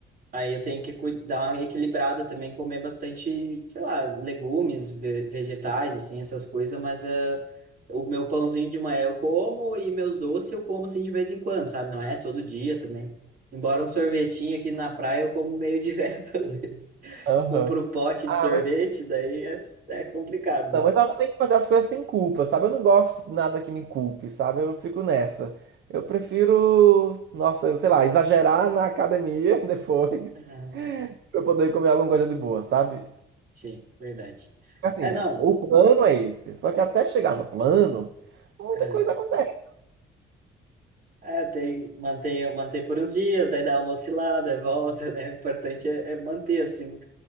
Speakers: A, on the right; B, on the right.
A: Aí eu tenho que cui- dar uma equilibrada também, comer bastante, sei lá, legumes, ve- vegetais, assim, essas coisas, mas ah, o meu pãozinho de manhã eu como e meus doces eu como, assim, de vez em quando, sabe? Não é todo dia também. Embora um sorvetinho aqui na praia eu como meio <laughs> direto às vezes.
B: Aham.
A: Compro um pote de
B: Ah,
A: sorvete,
B: mas
A: daí é, é complicado, né?
B: não, mas eu tenho que fazer as coisas sem culpa, sabe? Eu não gosto de nada que me culpe, sabe? Eu fico nessa. Eu prefiro, nossa, sei lá, exagerar na academia <laughs> depois
A: Ah,
B: pra eu poder comer alguma coisa de boa, sabe?
A: Sim, verdade.
B: Assim,
A: É, não.
B: o plano é esse. Só que até chegar no plano, muita
A: é,
B: coisa acontece.
A: É, tem, mantém, mantém por uns dias, daí dá uma oscilada, <laughs> volta, né? O importante é, é manter, assim,